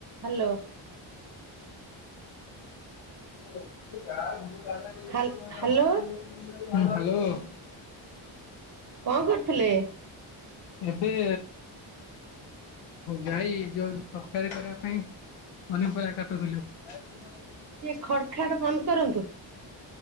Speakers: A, on the right; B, on the left.
A: ହାଲୋ
B: <unintelligible>
A: ହ୍ୟାଲୋ କଣ କରୁଥିଲେ?
B: <unintelligible> ଏବେ ଯାଇ, ଯୋଉ ତରକାରୀ କରିବା ପାଇଁ ପନିପରିବା କାଟୁଥିଲୁ। <unintelligible>
A: ଟିକେ ଖଡ଼ ଖାଡ଼ ବନ୍ଦ କରନ୍ତୁ।